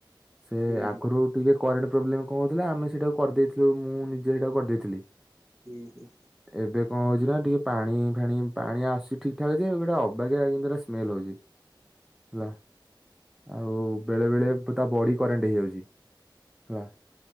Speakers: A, in the centre; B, on the right.
A: ସେ
B: ହୁଁ
A: ଆଗରୁ
B: ହୁଁ
A: ଟିକେ କରେଣ୍ଟ ପ୍ରୋବ୍ଲେମ କଣ ହଉଥିଲା ଆମେ ସେଇଟାକୁ କରିଦେଇଥିଲୁ ମୁଁ ନିଜେ ସେଇଟା କରିଦେଇଥିଲି।
B: ହୁଁ ହୁଁ।
A: ଏବେ କଣ ହଉଛି ନା ଟିକେ ପାଣି ଫାଣି ପାଣି ଆସୁଛି ଠିକ ଠାକ ଯେ ଗୋଟେ ଅବାକି ଆଗରା ସ୍ମେଲ ହଉଛି ହେଲା ଆଉ ବେଳେ ବେଳେ ତା ବଡି କରେଣ୍ଟ ହେଇଯାଉଛି ହେଲା